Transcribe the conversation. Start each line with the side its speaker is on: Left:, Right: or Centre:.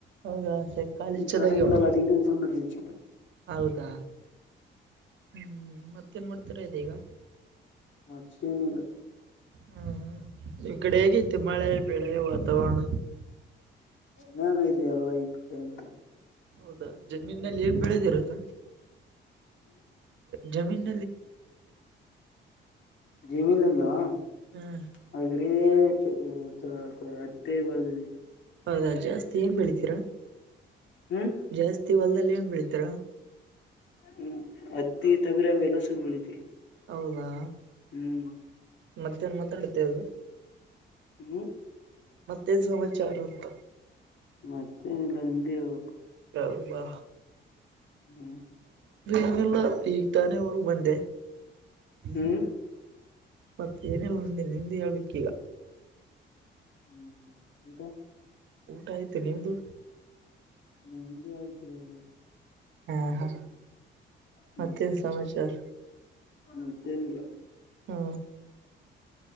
Right: ಹೌದಾ ಸರಿ ಕಾಲೇಜ್
Left: ನೀ
Right: ಚಲೋ
Left: ಸ್ಟಾರ್ಟ್
Right: ಆಗ್ಯಾವ
Left: ಆಗಿಲ್ಲಲ್ಲ ಡಿಗ್ರಿ್ ನಸಿ
Right: ಹೌದಾ ಹ್ಮ್ ಮತ್ತೇನ್ ಮಾಡ್ತಾರೆ ಇ ಈಗ
Left: ಮತ್ತೇನು ಇಲ್ಲ
Right: ಹ್ಮ್ ನಿಮ್ ಕಡೆ ಹೇಗೈತಿ ಮಳೆ ಬೆಳೆ ವಾತಾವರಣ
Left: ಚೆನ್ನಾಗೈದೆ ಎಲ್ಲ ಈ ಕಡೆ ಎಂತ
Right: ಹೌದಾ ಜಮೀನಲ್ಲಿ ಏನ್ ಬೆಳ ಇರುತ್ತ ಜಮೀನ್
Left: ಜೀಮೀನ್ಲ್ಲವಾ
Right: ಹ್ಮ್
Left: ಹಾಗ್ರೆ ಹದು ಅತ್ತೇ ಬರ್ದಿ
Right: ಹೌದಾ ಜಾಸ್ತಿ ಏನ್ ಬೆಳಿತೀರಾ
Left: ಹ್ಮ್
Right: ಜಾಸ್ತಿ ಹೊಲ್ದಲ್ಲಿ ಏನ್ ಬೆಳಿತರ
Left: ಹ್ಮ್ ಹತ್ತಿ ತೊಗ್ರಿವಲ್ಲ ಬೆಲಿಥೆವಿ
Right: ಹೌದಾ
Left: ಹ್ಮ್
Right: ಮತ್ತೇ ನ್ ಮಾತಾಡುತ್ತೆ ಅದು
Left: ಹ್ಮ್
Right: ಮತ್ತೇನ್ ಸಮಾಚಾರ ಅಂತ
Left: ಮತ್ತೆ ನಿಲ್ಲ ನಿಮ್ದ ಹೆಲ್ಬೇಕು
Right: ಹಬಾ
Left: ಹ್ಮ್
Right: ಅಲ್ಲ ಈ ತಾನೇವರೆಗ ಬಂದೆ ಹ್ಮ
Left: ಹ್ಮ್
Right: ಮತ್ತೆ ಏನಲ್ಲಂದ ನಿಂದ ಹೇಳ್ಬೇಕ್ ಈಗ
Left: ಹ್ಮ್ ಹ್ಮ್ ಊಟಾ
Right: ಊಟ ಆಯ್ತು ನಿಮ್ದು
Left: ನಮ್ದು ಆಯ್ತು ಇವಾಗ ಎಷ್ಟು
Right: ಹ್ಮ ಹ
Left: ಹ್ಮ್
Right: ಮತ್ತೇನ್ ಸಮಾಚಾರ
Left: ಮತ್ತೇನಿಲ್ಲ
Right: ಹಾ